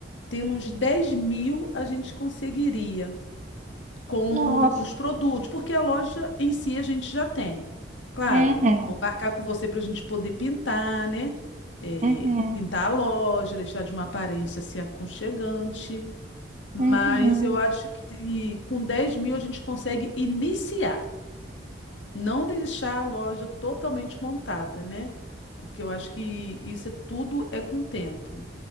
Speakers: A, on the left (about 80°); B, on the right (about 40°).
A: tendo uns 10 mil, a gente conseguiria. com
B: Nossa.
A: os produtos, porque a loja em si a gente já tem. Claro,
B: Uhum.
A: vou marcar com você para a gente poder pintar, né? É,
B: Uhum.
A: pintar a loja, deixar de uma aparência assim aconchegante. Mas
B: Uhum.
A: eu acho que com 10 mil a gente consegue iniciar, não deixar a loja totalmente montada, né? Porque eu acho que isso é- tudo é com o tempo.